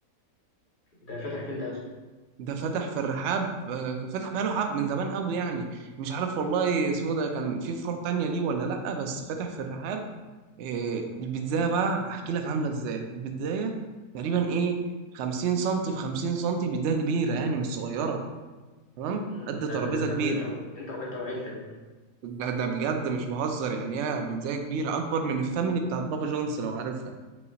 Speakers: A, on the left (about 40°); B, on the right (about 80°).
A: أنت فاتح فين ده يا اسطى؟
B: ده فتح في الرحاب آه، فتح بقاله حب من زمان قوي يعني مش عارف والله اسمه ده كان في فروع تانية ليه ولا لأ بس فتح في الرحاب إيه البيتزا بقى هحكي لك عامله ازاي البيتزاية تقريبا ايه 50 سنتي في 50 سنتي بيتزا كبيره يعني مش صغيره تمام
A: مم،
B: قد
A: ده
B: ترابيزه
A: ده ده ده
B: كبيره
A: كل أنت و... أنت و... أنت وعيلتك بقى
B: ده ده بجد مش بهزر يعني هي بيتزا كبيره اكبر من الفاميلي بتاعت بابا جونز لو عارفها